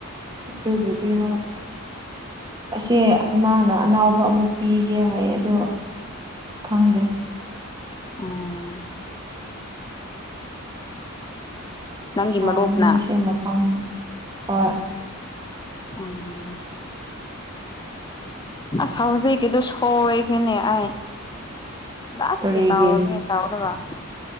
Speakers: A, on the right; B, on the left.
A: ꯑꯗꯨꯕꯨꯗꯤ ꯍꯣꯏ꯫ ꯑꯁꯦ ꯃꯥꯅ ꯑꯅꯥꯎꯕ ꯑꯃꯨꯛ ꯄꯤꯒꯦ ꯍꯥꯏꯌꯦ ꯑꯗꯣ ꯈꯪꯗꯦ
B: ꯎꯝ ꯅꯪꯒꯤ
A: ꯊꯥꯅꯤꯡꯉꯥꯏꯁꯦ
B: ꯃꯔꯨꯞꯅ
A: ꯃꯐꯝ ꯍꯣꯏ
B: ꯂꯧꯁꯤꯟꯕ ꯉꯝꯗꯕ ꯑꯁ ꯍꯧꯖꯤꯛꯀꯤꯗꯣ ꯁꯣꯏꯈ꯭ꯔꯦꯅꯦ ꯑꯩ ꯂꯥꯁꯀꯤ
A: ꯀꯔꯤꯒꯤ
B: ꯇꯧꯔꯤ ꯇꯧꯔꯒ